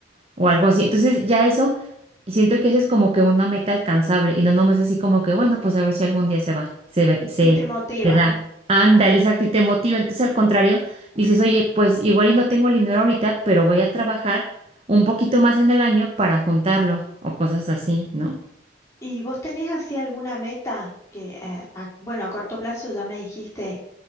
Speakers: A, on the right; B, on the left.
A: o algo así. Entonces ya eso, siento que esa es como que una meta alcanzable y no nomás así como que, bueno, pues a ver si algún día se va, se ve, se,
B: Y te motiva.
A: se da. Ándale, exacto, y te motiva. Entonces al contrario, dices, oye, pues igual y no tengo el dinero ahorita, pero voy a trabajar un poquito más en el año para juntarlo o cosas así, ¿no?
B: ¿Y vos tenés así alguna meta que, eh, a- bueno, a corto plazo ya me dijiste